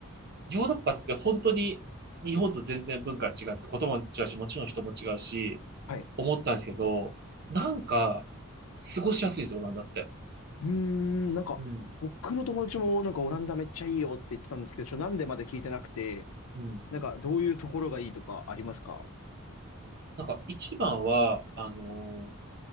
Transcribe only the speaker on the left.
はい。
うーん、なんか、
僕の友達もなんかオランダめっちゃいいよって言ってたんですけど、ちょ、なんでまで聞いてなくて、
なんかどういうところがいいとかありますか